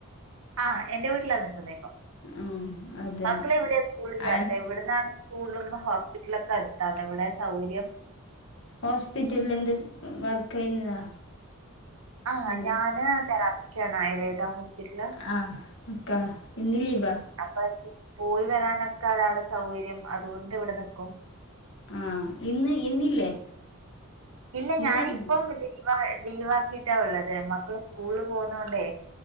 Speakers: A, on the right; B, on the left.
A: ആഹ് എന്റെ വീട്ടിലാ നിക്കുന്നെ ഇപ്പം
B: ആ അതന്നെ
A: മക്കളെ ഇവിടെയാ സ്കൂളിൽ ചേർത്തെ
B: ആ
A: ഇവിടുന്നാണ്സ് കൂളിലിന്നും ഹോസ്പിറ്റലൊക്കെ അടുത്താണ് ഇവിടെയാ സൗകര്യം
B: ഹോസ്പിറ്റലിൽ എന്ത് വർക്ക് ചെയ്യുന്നതാ
A: ആഹ്
B: അല്ലേ
A: ഞാന് തെറാപ്പിസ്റ്റ് ആണ് ആയുർവേദ ഹോസ്പിറ്റല്
B: ആ അക്കാ ഇന്ന് ലീവാ
A: അപ്പൊ എനിക്ക് പോയി വരാനൊക്കെ അതാണ് സൗകര്യം അതുകൊണ്ട് ഇവിടെ നിക്കും
B: ആഹ് ഇന്ന് ഇന്നില്ലേ
A: ഇല്ല
B: ഇന്ന്
A: ഞാനിപ്പം
B: കഴിഞ്ഞു
A: ലീവാ ലീവാക്കിട്ടാ ള്ളത് മക്കള് സ്കൂള്ല് പോകുന്നോണ്ടെ